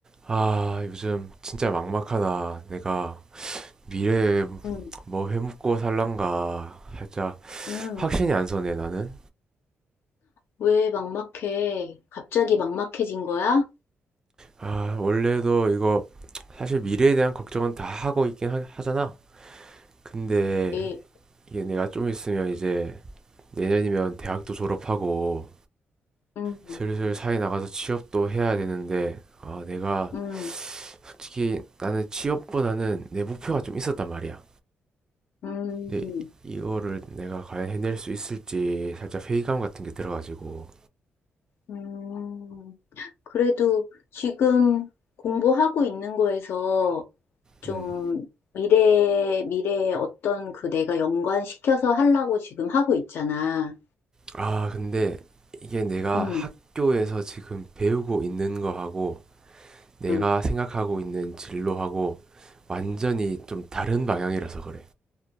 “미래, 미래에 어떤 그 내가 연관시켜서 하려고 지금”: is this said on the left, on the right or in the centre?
Left